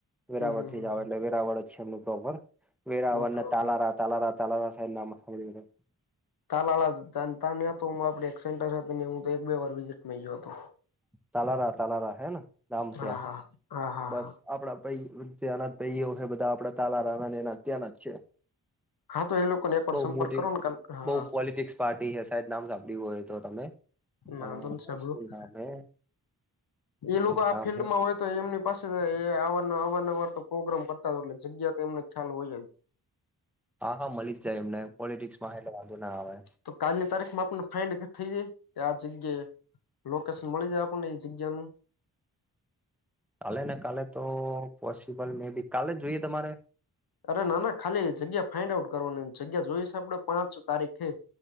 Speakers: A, in the centre; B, on the left.
A: વેરાવળ
B: હમ હમ
A: થી જ આવે
B: હમ
A: એટલે વેરાવળ જ છે એમનું પ્રોપર વેરાવળને
B: ઓકે ઓકે
A: તાલારા તાલારા તાલારા સાઈડ નામ સાંભળ્યું છે.
B: તાલાલા <unintelligible> આપે એક સેન્ટરને હું એક બે વાર વિઝિટમાં ગ્યો હતો.
A: તાલારા તાલારા હેન ગામ
B: હા
A: ત્યા
B: હા હા.
A: બસ
B: હા
A: આપડા ભઈ ત્યાનાં ભઈઓ હે બધાં આપડા તાલારાના એના ત્યાંના જ છે.
B: હા તો એ લોકોને એકવાર
A: બઉ
B: સંપર્ક
A: મોટી
B: કરો ને હા
A: બઉ પોલિટિક્સ પાર્ટી હે સાહેબ નામ સાંભળ્યું હોય તો તમે.
B: વાંધો
A: અ
B: નથી સાંભળ્યું
A: શું નામ હે?
B: એ લોકો
A: એક
B: આ
A: નામ
B: ફિલ્ડમાં
A: હે
B: હોય તો એમની પાસે એ આવાના આવના હોય તો પ્રોગ્રામ કરતા હોય એટલે જગ્યા તો એમને ખ્યાલ હોય જ.
A: હા હા મળી જાય એમને પોલિટિક્સ માં હે એટલે વાંધો ના આવે
B: તો કાલની તારીખમાં આપને ફાઇન થઈ જાય કે આ જગ્યાએ. લોકેશન મળી જાય આપણને એ જગ્યા નુ
A: કાલે ને કાલે તો પોસિબલ મે બી કાલે જ જોઈએ તમારે
B: અરે ના ના ખાલી જગ્યા ફાઇન્ડ આઉટ કરવાની જગ્યા જોઈશે આપડે પાંચ તારીખે